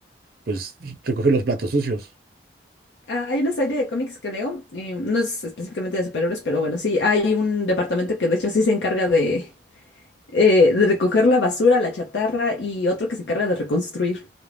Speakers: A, on the right; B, on the left.
A: pues recoge los platos sucios.
B: Ah, Hay una serie de cómics que leo, eh, no es específicamente de superhéroes, pero bueno, sí, hay un departamento que de hecho sí se encarga de, eh, de recoger la basura, la chatarra y otro que se encarga de reconstruir.